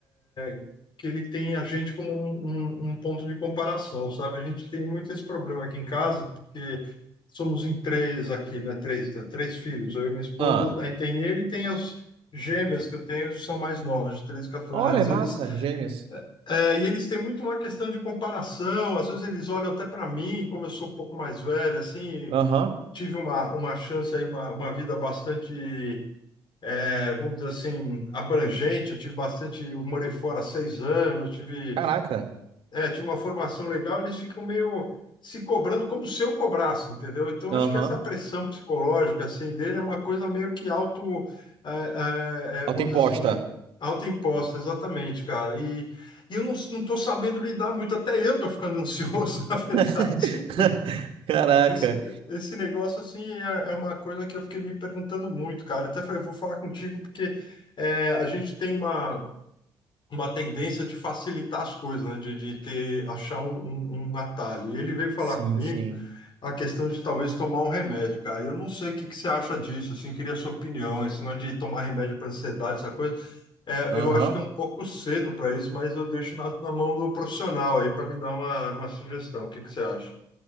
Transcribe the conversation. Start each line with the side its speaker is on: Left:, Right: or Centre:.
Left: é, que ele tem a gente como um, um- um ponto de comparação, sabe? A gente tem muito esse problema aqui em casa, porque somos em três aqui, né? Três, três filhos, eu e minha esposa,
Right: ah.
Left: aí tem ele e tem as gêmeas que eu tenho, que são mais novas, de 13, 14
Right: Olha,
Left: anos.
Right: massa,
Left: Eles,
Right: gêmeos.
Left: é, e eles têm muito uma questão de comparação, às vezes eles olham até para mim, como eu sou um pouco mais velho, assim,
Right: Aham,
Left: tive uma, uma chance aí, uma, uma vida bastante, é, vamos dizer assim, abrangente. Eu tive bastante, eu morei fora há seis anos, tive,
Right: caraca.
Left: é, tive uma formação legal, eles ficam meio se cobrando como se eu cobrasse, entendeu? Então,
Right: Aham.
Left: acho que essa pressão psicológica, assim, dele é uma coisa meio que auto, é, é, é,
Right: Autoimposta.
Left: vamos dizer assim, autoimposta, exatamente, cara. E, e eu não, estou sabendo lidar muito, até eu estou ficando <laughs> ansioso, na
Right: <laughs>
Left: verdade.
Right: Caraca.
Left: Esse, esse negócio, assim, é, é uma coisa que eu fiquei me perguntando muito, cara. Até falei, eu vou falar contigo porque é, a gente tem uma, uma tendência de facilitar as coisas, né? De, de ter, achar um, um, um atalho. E ele veio falar
Right: Sim,
Left: comigo
Right: sim.
Left: a questão de talvez tomar um remédio, cara. Eu não sei o que, que você acha disso, assim, queria a sua opinião. Esse negócio de tomar remédio para ansiedade, essa coisa, é,
Right: Aham.
Left: eu acho que é um pouco cedo para isso, mas eu deixo na, na mão do profissional aí para me dar uma, uma sugestão. O que, que você acha?